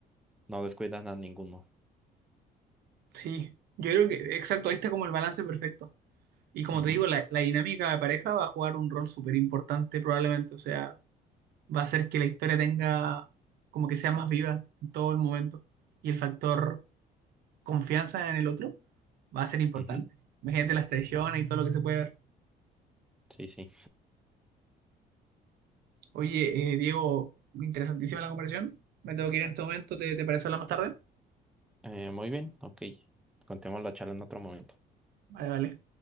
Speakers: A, in the centre; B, on the right (about 70°).
A: no descuidan a ninguno.
B: sí, yo creo que, exacto, ahí está como el balance perfecto. Y como
A: Ujú,
B: te digo, la, la dinámica de pareja va a jugar un rol súper importante probablemente, o sea, va a hacer que la historia tenga, como que sea más viva en todo el momento. Y el factor confianza en el otro va a ser importante.
A: ujú,
B: Imagínate las traiciones y todo lo que se puede ver.
A: Sí, sí.
B: Oye, eh, Diego, interesantísima la conversación. Me tengo que ir en este momento. ¿Te, te parece hablar más tarde?
A: Eh, muy bien, ok. Continuamos la charla en otro momento.
B: Vale, vale.